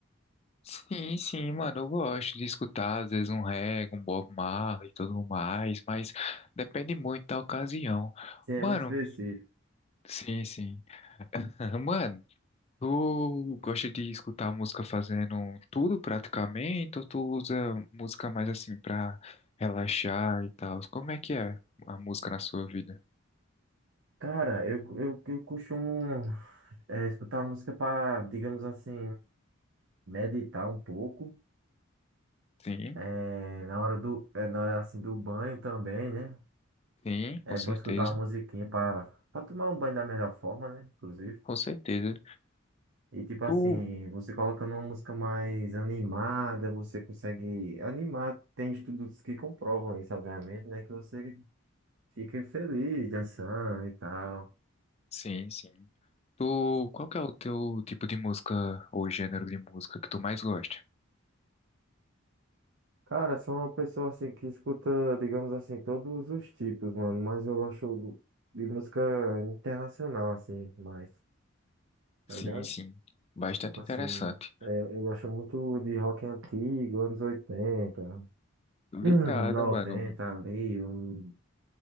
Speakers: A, on the left; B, on the right.
A: Sim, sim, mano, eu gosto de escutar, às vezes, um reggae, um Bob Marley e tudo mais, mas depende muito da ocasião.
B: Sim, é
A: Mano,
B: muito específico.
A: sim, sim. <laughs> Mano, tu gosta de escutar música fazendo tudo praticamente, ou tu usa música mais assim pra relaxar e tal? Como é que é a música na sua vida?
B: Cara, eu, eu, eu costumo é, escutar música pra, digamos assim, meditar um pouco.
A: Sim,
B: É, na hora do, é, na hora assim do banho também, né?
A: sim,
B: É
A: com certeza,
B: bom escutar uma musiquinha pra, pra tomar um banho da melhor forma, né? Inclusive.
A: com certeza.
B: E tipo assim,
A: Tu
B: você colocando uma música mais animada, você consegue animar. Tem estudos que comprovam isso, obviamente, né? Que você fica feliz dançando e tal.
A: Sim, sim. Tu, qual que é o teu tipo de música ou gênero de música que tu mais gosta?
B: Cara, sou uma pessoa assim que escuta, digamos assim, todos os tipos, mano. Mas eu gosto do- de música internacional, assim, mais, tá
A: Sim,
B: ligado?
A: sim. Bastante
B: Tipo assim,
A: interessante.
B: é, eu gosto muito de rock antigo, anos 80. <laughs>
A: Obrigado,
B: <clears throat> noventa
A: mano.
B: ali, um,